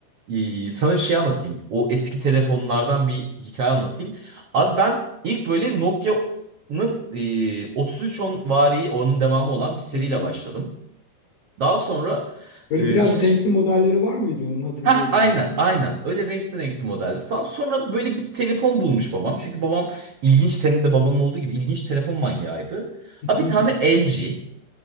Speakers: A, on the right; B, on the left.
A: ee, sana bir şey anlatayım. O eski telefonlardan bir hikaye anlatayım. Abi ben ilk böyle Nokia'nın e, 3310 vari onun devamı olan bir seriyle
B: Hı hı.
A: başladım. Daha sonra
B: Böyle
A: e,
B: biraz
A: işte
B: renkli modelleri var mıydı onun hatırlıyor
A: Hah
B: gibi.
A: aynen aynen öyle renkli renkli modeller falan. Sonra böyle bir telefon bulmuş babam. Çünkü babam ilginç senin de babanın olduğu gibi ilginç telefon manyağıydı.
B: <laughs>
A: Abi bir tane LG